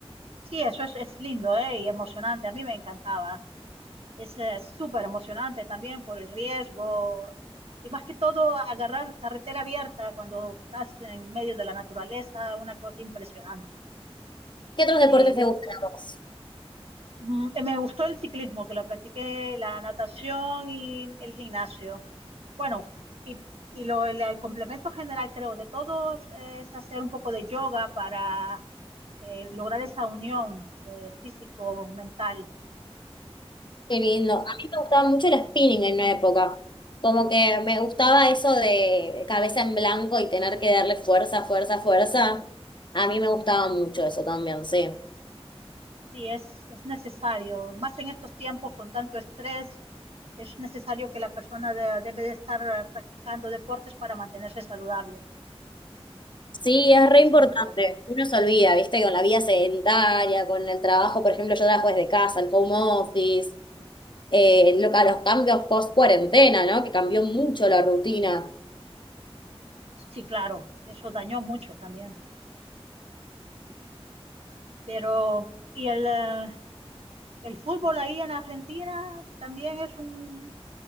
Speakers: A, on the right; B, on the left.
A: Sí, eso es, es lindo, ¿eh? Y emocionante. A mí me encantaba. Es eh, súper emocionante también por el riesgo y más que todo agarrar carretera abierta cuando estás en medio de la naturaleza, una cosa impresionante.
B: ¿Qué otros deportes
A: Sí,
B: te
A: yo
B: gustan a vos?
A: mm, me gustó el ciclismo, que lo practiqué, la natación y el gimnasio. Bueno, y, y lo, el, el complemento general creo de todos eh, es hacer un poco de yoga para eh, lograr esa unión de físico-mental.
B: Qué lindo. A mí me gustaba mucho el spinning en una época. Como que me gustaba eso de de cabeza en blanco y tener que darle fuerza, fuerza, fuerza. A mí me gustaba mucho eso también, sí.
A: Sí, es, es necesario, más en estos tiempos con tanto estrés, es necesario que la persona de- debe de estar eh, practicando deportes para mantenerse saludable.
B: Sí, es
A: Eso
B: re
A: es
B: importante.
A: indudable.
B: Uno se olvida, ¿viste? Con la vida sedentaria, con el trabajo, por ejemplo, yo trabajo desde casa, el home office, eh, lo que- los cambios post cuarentena, ¿no? Que cambió mucho la rutina.
A: Sí, claro, eso dañó mucho también. Pero, y el, eh, el fútbol ahí en Argentina también es un